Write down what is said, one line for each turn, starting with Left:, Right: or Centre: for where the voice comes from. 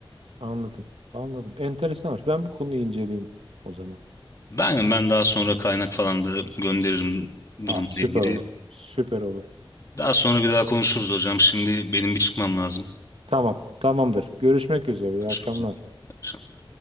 Right: Anladım. Anladım. Enteresanmış. Ben bu konuyu inceleyeyim o zaman.
Left: Ben ben daha sonra kaynak falan da gönderirim
Right: Ha,
Left: durumla
Right: süper
Left: ilgili.
Right: olur. Süper olur.
Left: Daha sonra bir daha konuşuruz hocam. Şimdi benim bir çıkmam lazım.
Right: Tamam. Tamamdır. Görüşmek üzere. İyi
Left: Görüşmek
Right: akşamlar.
Left: üzere. İyi akşamlar.